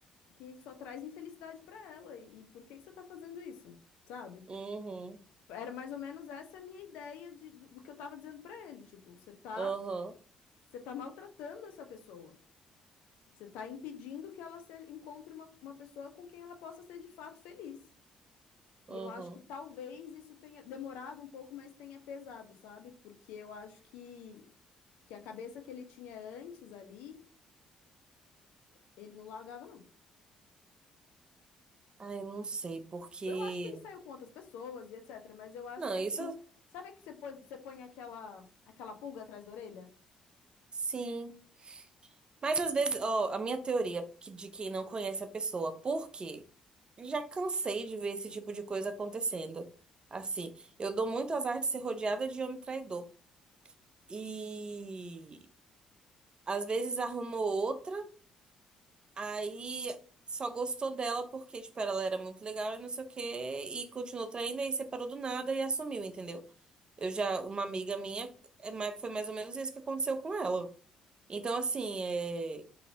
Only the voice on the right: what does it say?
Uhum,
uhum,
uhum.
Ai, não sei, porque.
Não,
isso
sim. Mas às vezes, ó, a minha teoria que- de quem não conhece a pessoa, por quê? Já cansei de ver esse tipo de coisa acontecendo. Assim, eu dou muito azar de ser rodeada de homem traidor. E às vezes arrumou outra, aí só gostou dela porque, tipo, ela era muito legal e não sei o quê, e continuou traindo, aí separou do nada e assumiu, entendeu? Eu já, uma amiga minha, é, mas foi mais ou menos isso que aconteceu com ela. Então, assim, é,